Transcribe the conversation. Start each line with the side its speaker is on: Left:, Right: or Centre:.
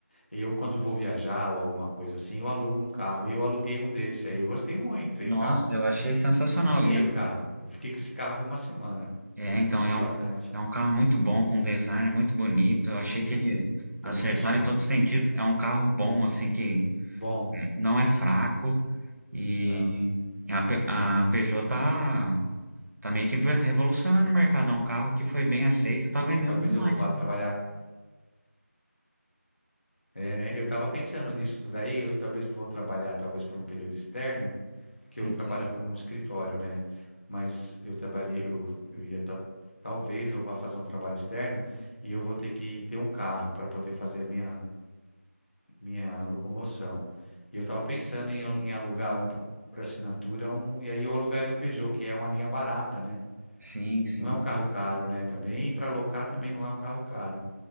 Left: Eu, quando vou viajar ou alguma coisa assim, eu alugo um carro. E eu aluguei um desse. Aí eu gostei muito,
Right: Nossa,
Left: hein, cara?
Right: eu achei sensacional.
Left: Amei
Right: E é,
Left: o carro. Eu fiquei com esse carro uma semana.
Right: é, então,
Left: Gostei
Right: é um,
Left: bastante.
Right: é um carro muito bom, com design muito bonito. Eu
Left: Sim,
Right: achei que ele acertaram
Left: também achei.
Right: em todos os sentidos. É um carro bom, assim, que
Left: Bom,
Right: não é fraco. E
Left: não.
Right: a, Pe- a Peugeot tá, tá meio que revolucionando o mercado. É um carro que foi bem aceito e tá vendendo
Left: E talvez
Right: demais.
Left: eu vá trabalhar. É, né? Eu estava pensando nisso daí. Eu talvez vou trabalhar, talvez por um período externo, que
Right: Sim,
Left: eu trabalho
Right: sim.
Left: como um escritório, né? Mas eu trabalhei, eu, eu ia. ta- Talvez eu vá fazer um trabalho externo e eu vou ter que ter um carro para poder fazer a minha. minha locomoção. E eu estava pensando em, em alugar um por assinatura, um, e aí eu alugaria um Peugeot, que é uma linha barata, né?
Right: Sim, sim.
Left: Não é um carro caro, né? Também, e para alocar também não é um carro caro.